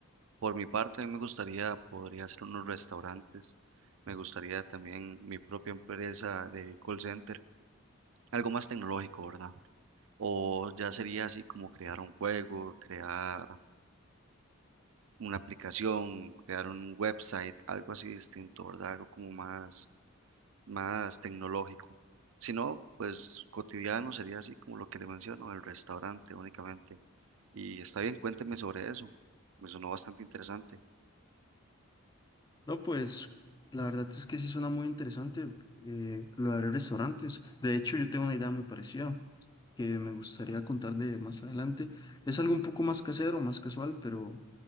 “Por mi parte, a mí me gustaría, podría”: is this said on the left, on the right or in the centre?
Right